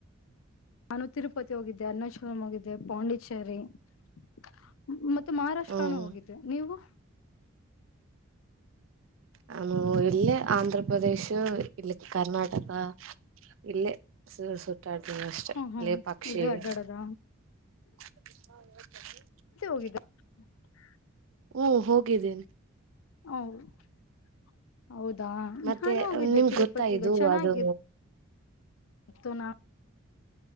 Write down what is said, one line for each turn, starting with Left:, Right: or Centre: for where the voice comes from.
Left: ನಾನು ತಿರುಪತಿ ಹೋಗಿದ್ದೆ ಅರ್ನೇಶ್ವರಂ ಹೋಗಿದ್ದೆ ಪಾಂಡಿಚೇರಿ ಮತ್ ಮತ್ ಮಹಾರಾಷ್ಟ್ರಾನೂ
Right: ಹ್ಮ್
Left: ಹೋಗಿದ್ದೆ ನೀವು.
Right: ಹ ಇಲ್ಲೆ ಆಂಧ್ರ ಪ್ರದೇಶ್ ಇಲ್ಲೆ ಕರ್ನಾಟಕ ಇಲ್ಲೇ ಸೂ ಸುತ್ತಾಡಬೇಕೆಅಷ್ಟೆ
Left: ಹ್ಮ್ ಹ್ಮ್
Right: ಲೆ ಪಕ್ಷಿ
Left: ಇಲ್ಲೇ ಅಡ್ಡಾಡದ
Right: ಹ <unintelligible> <inaudible>
Left: ಹೊಯ್ದ. <unintelligible>
Right: ಹಮ್ಮು ಹೋಗಿದೆ
Left: ಹೌ. <unintelligible> ಹೌದಾ
Right: ಮತ್ತೆ
Left: ನಾನು ಹೋಗಿದ್ದೆ
Right: ನಿಮ್ಗೆ
Left: ತಿರುಪತಿಗೆ
Right: ಗೊತ್ತಾ ಇದು
Left: ಚೆನ್ನಾಗಿತ್ತು.
Right: ಅದು